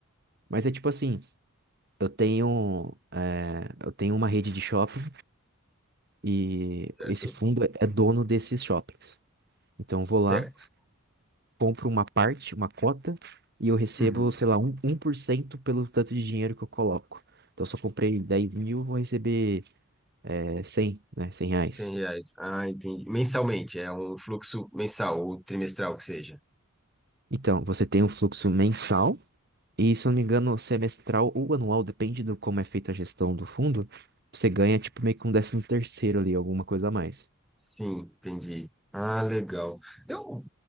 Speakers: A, on the right; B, in the centre.
A: Mas é tipo assim, Eu tenho, eh, eu tenho uma rede de shopping e
B: certo?
A: esse fundo é é dono desses shoppings. Então eu vou
B: Certo.
A: lá, compro uma parte, uma cota, e eu recebo,
B: Uhum.
A: sei lá, um, um por cento pelo tanto de dinheiro que eu coloco. Então se eu só comprei 10 mil, vou receber eh, 100, né? cem reais.
B: 100 reais. Ah, entendi. Mensalmente, é um fluxo mensal ou trimestral que seja.
A: Então, você tem um fluxo mensal e, se eu não me engano, semestral ou anual, depende do como é feita a gestão do fundo, você ganha tipo meio que um décimo terceiro ali, alguma coisa a mais.
B: Sim, entendi. Ah, legal. Eu,